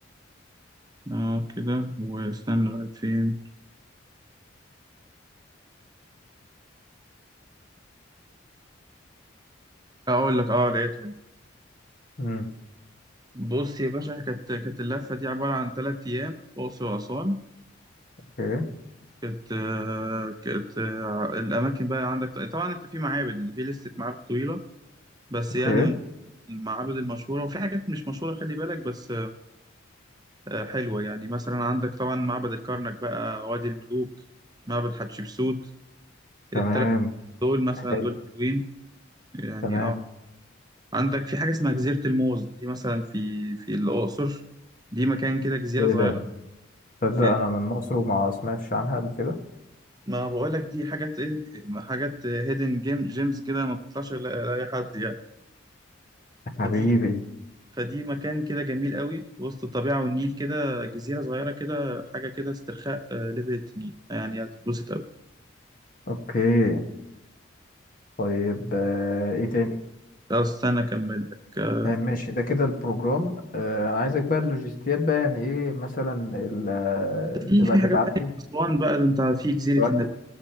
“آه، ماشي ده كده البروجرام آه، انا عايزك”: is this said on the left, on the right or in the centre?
Left